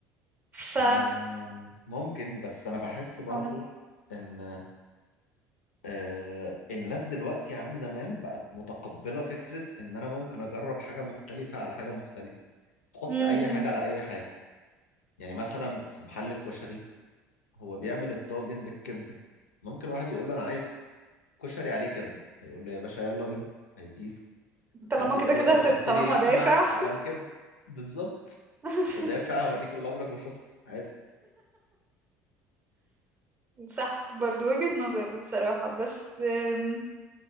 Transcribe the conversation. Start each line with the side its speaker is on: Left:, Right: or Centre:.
Right: ف
Left: آم، ممكن بس أنا بحس برضو
Right: آه.
Left: إن آه، الناس دلوقتي عن زمان بقت متقبلة فكرة إن أنا ممكن أجرب حاجة مختلفة على حاجة مختلفة تحط
Right: امم
Left: أي حاجة على أي حاجة يعني مثلا في محل الكشري هو بيعمل الطاجن بالكبدة ممكن واحد يقول له أنا عايز كشري عليه كبده هيقول له يا باشا يلا بينا هيديله
Right: طالما
Left: حد يقول
Right: كده كده
Left: له طب
Right: هت...
Left: حط
Right: طالما
Left: لي لحمه
Right: دافع
Left: على الكبده بالظبط
Right: <laughs>
Left: ده دافع هوريك اللي عمرك ما شفته عادي
Right: صح برضو وجهة نظر بصراحة بس أم،